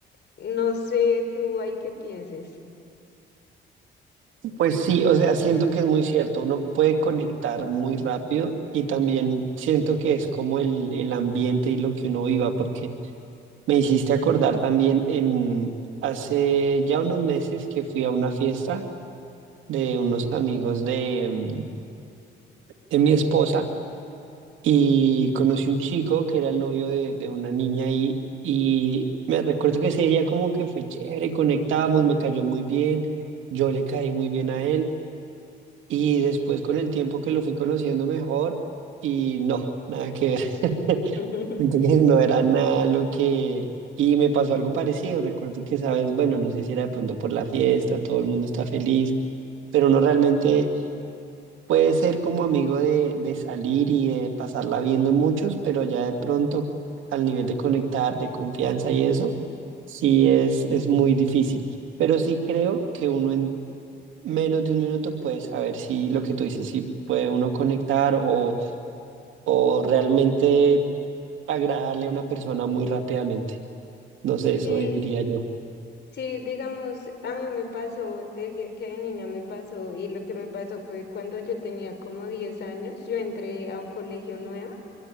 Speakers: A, on the left (about 60°); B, on the right (about 80°).
A: no sé tú hay qué pienses.
B: Pues sí, o sea, siento que es muy cierto, uno puede conectar muy rápido y también siento que es como el, el ambiente y lo que uno viva, porque Me hiciste acordar también en hace ya unos meses que fui a una fiesta de unos amigos de, mm, de mi esposa y conocí un chico que era el novio de, de una niña ahí y me recuerdo que ese día como que fue chévere, conectamos, me cayó muy bien, yo le caí muy bien a él y después con el tiempo que lo fui conociendo mejor y no, nada que ver. <laughs>
A: <laughs>
B: Siento que no era nada lo que... Y me pasó algo parecido. Recuerdo que, sabes, bueno, no sé si era de pronto por la fiesta, todo el mundo está feliz, pero uno realmente puede ser como amigo de, de salir y de pasarla bien de muchos, pero ya de pronto al nivel de conectar, de confianza y eso, sí es, es muy difícil. Pero sí creo que uno en menos de un minuto puede saber si lo que tú dices, si puede uno conectar o, o realmente agradarle a una persona muy rápidamente. No sé, eso
A: Sí,
B: diría yo.
A: Sí, digamos, a mí me pasó, te decía que de niña me pasó y lo que me pasó fue cuando yo tenía como 10 años, yo entré a un colegio nuevo